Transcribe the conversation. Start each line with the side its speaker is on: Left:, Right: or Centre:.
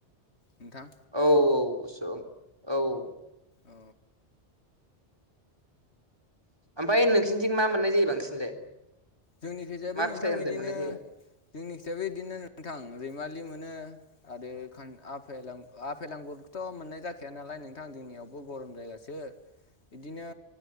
Left: नोंथां
Right: औ औ औ
Left: अ
Right: ओमफाय नोंसिनिथिं मा मोननाय जायो बांसिनलाय
Left: जोंनि खिजायबो
Right: मा
Left: नोंथां
Right: फिथाइ सामथाइ
Left: बिदिनो
Right: मोननाय जायो
Left: जोंनि खिजायबो बिदिनो नोंथां रैमालि मोनो आरो आफ आफेल लांगुरथ' मोननाय जाखाया नालाय नोंथां जोंनियावबो गरम जायगासो बिदिनो